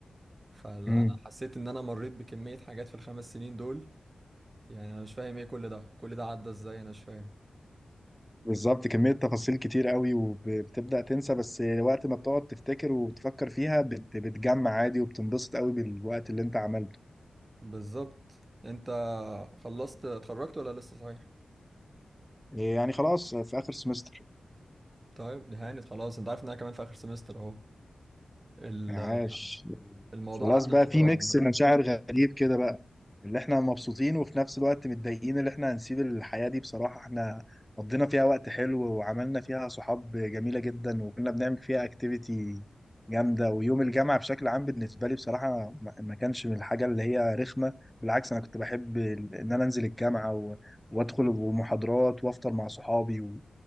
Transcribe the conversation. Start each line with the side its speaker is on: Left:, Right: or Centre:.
Right: فانا
Centre: مم.
Right: حسيت ان انا مريت بكمية حاجات في الخمس سنين دول يعني انا مش فاهم ايه كل ده كل ده عدى ازاي انا مش فاهم
Centre: بالظبط كميه تفاصيل كتير قوي وبتبدا تنسى بس وقت ما بتقعد تفتكر وتفكر فيها بت... بتجمع عادي وبتنبسط قوي بالوقت اللي انت عملته
Right: بالظبط انت خلصت اتخرجت ولا لسه صحيح
Centre: إيه يعني خلاص في اخر سمستر
Right: طيب هانت خلاص انت عارف ان انا كمان في اخر سمستر اهو ال-
Centre: عاش
Right: الموضوع
Centre: خلاص
Right: عدى
Centre: بقى
Right: بسرعة
Centre: في ميكس مشاعر غريب كده بقى اللي احنا مبسوطين وفي نفس الوقت متضايقين اللي احنا هنسيب الحياة دي بصراحة احنا قضينا فيها وقت حلو وعملنا فيها صحاب جميلة جدا وكنا بنعمل فيها اكتيفيتي جامدة ويوم الجامعة بشكل عام بالنسبة لي بصراحة ما ما كانش من الحاجة اللي هي رخمة بالعكس انا كنت بحب ال- ان انا انزل الجامعة و- وادخل ومحاضرات وافطر مع صحابي و...